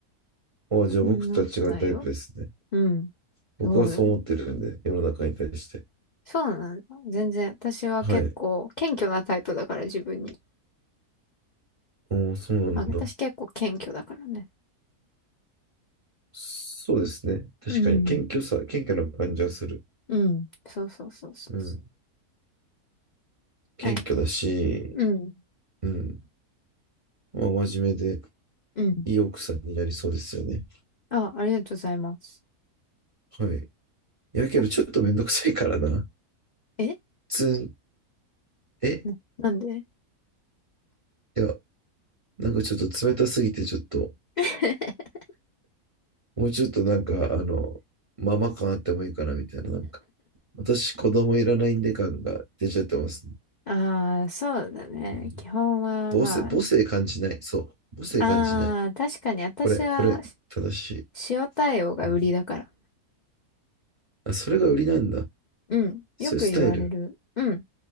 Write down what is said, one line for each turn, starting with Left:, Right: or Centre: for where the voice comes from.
Right: ああ、じゃあ僕とは違うタイプですね。
Left: そんなことないよ。うん。
Right: 僕はそう思ってるんで、
Left: そうだ。
Right: 世の中に対して。
Left: そうなんだ。全然。私は結構謙虚なタイプだから自分に。
Right: はい。おお、そうなんだ。
Left: まあ私結構謙虚だからね。
Right: そうですね。確かに、
Left: うん。
Right: 謙虚さ、謙虚な感じはする。
Left: うん。そうそうそうそうそ
Right: うん。謙虚だし、
Left: う。はい。うん。
Right: うん。まあ、真面目で、
Left: うん。
Right: いい奥さんになりそうですよね。
Left: あ、ありがとうございます。
Right: はい。いやけど、
Left: あ
Right: ちょっとめんどくさいからな。
Left: え
Right: つん、え
Left: な、なんで
Right: いや、なんかちょっと冷たすぎて、ちょっと、
Left: <laughs>
Right: もうちょっとなんか、あの、ママ感あってもいいかな、みたいな、なんか。私、子供いらないんで感が出ちゃってますね。
Left: ああ、そうだね。
Right: うん。
Left: 基本は、
Right: 母性、
Left: ま
Right: 母性感じない。そう。母性感じない。
Left: あ。ああ、確かに私は、
Right: これ、これ、正しい。
Left: 塩対応が売りだから。
Right: うん。あ、それが売りなんだ。
Left: うん。
Right: そういうスタイル。
Left: よく言われる。うん。